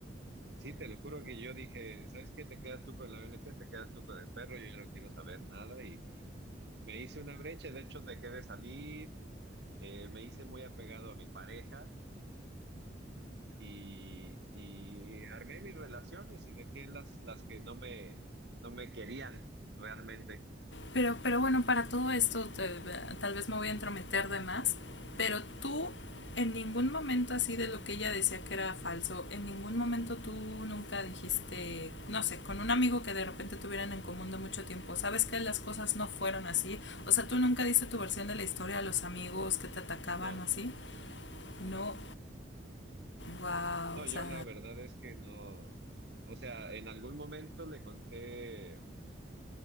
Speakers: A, on the right; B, on the left.
A: Sí, te lo juro que yo dije, ¿sabes qué? Te quedas tú con la ONG, te quedas tú con el perro, yo ya no quiero saber nada y, y me hice una brecha, de hecho dejé de salir, eh, me hice muy apegado a mi pareja y, y armé mis relaciones y dejé las, las que no me, no me querían realmente.
B: Pero, pero bueno, para todo esto te- tal vez me voy a entrometer de más, pero tú en ningún momento así de lo que ella decía que era falso, en ningún momento tú nunca dijiste, no sé, con un amigo que de repente tuvieran en común de mucho tiempo, sabes que las cosas no fueron así, o sea, tú nunca diste tu versión de la historia a los amigos que te atacaban
A: No,
B: o así, no, Wow,
A: no,
B: o
A: yo
B: sea,
A: la verdad es que no, o sea, en algún momento le conté